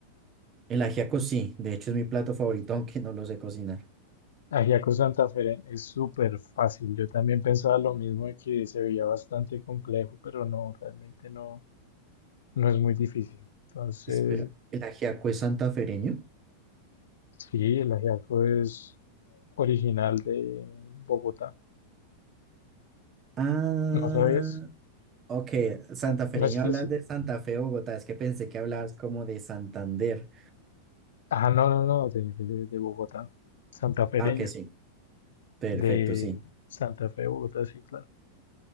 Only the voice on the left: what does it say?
Ajiaco Santafereño es súper fácil. Yo también pensaba lo mismo de que se veía bastante complejo, pero no, realmente no, no es muy difícil. Entonces,
sí, el ajiaco es original de Bogotá.
¿No sabías?
No, no es que
sí.
Ah, no, no, no, de, de, de Bogotá. Santafereño.
De
Santa Fe de Bogotá, sí, claro.